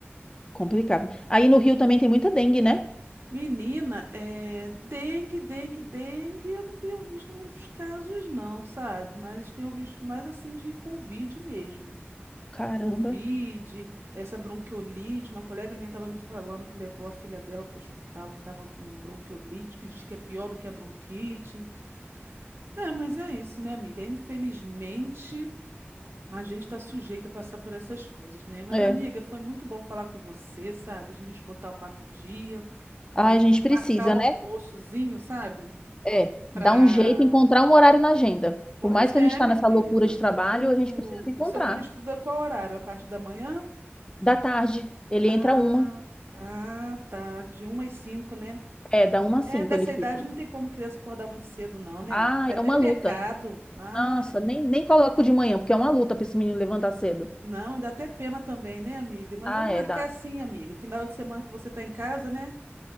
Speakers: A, on the left (about 20°); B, on the right (about 70°).
A: Complicado. Aí no Rio também tem muita dengue, né?
B: Menina, é dengue, dengue, dengue. Eu não tenho visto muitos casos, não, sabe? Mas tenho visto mais assim de Covid mesmo.
A: Caramba.
B: Covid, essa bronquiolite. Uma colega minha estava me falando que levou a filha dela para o hospital, que estava com bronquiolite, que diz que é pior do que a bronquite. É, mas é isso, né, amiga? Infelizmente, a gente está sujeito a passar por essas coisas, né? Mas,
A: É.
B: amiga, foi muito bom falar com você, sabe? A gente botar o papo em dia.
A: Ah,
B: A gente
A: a gente
B: tem que
A: precisa,
B: marcar o
A: né?
B: almoçozinho, sabe?
A: É.
B: Pra...
A: Dar um jeito, encontrar um horário na agenda.
B: Pois
A: Por mais
B: é,
A: que a gente tá
B: menina.
A: nessa loucura de trabalho,
B: O,
A: a gente precisa de encontrar.
B: o seu filho estuda qual horário? A parte da manhã?
A: Da tarde, ele
B: Ah,
A: entra uma.
B: tá, tá. De uma às cinco, né?
A: É, da uma às
B: É,
A: cinco
B: dessa
A: ele fica.
B: idade não tem como criança acordar muito cedo, não, né?
A: Ah,
B: É até
A: é uma
B: pecado.
A: luta.
B: Ai,
A: Nossa, nem, nem coloco de manhã, porque é uma luta pra esse menino levantar cedo.
B: não, e dá até pena também, né, amiga? Mas
A: Ah,
B: vamos marcar
A: é, dá.
B: assim, amiga. Final de semana que você tá em casa, né?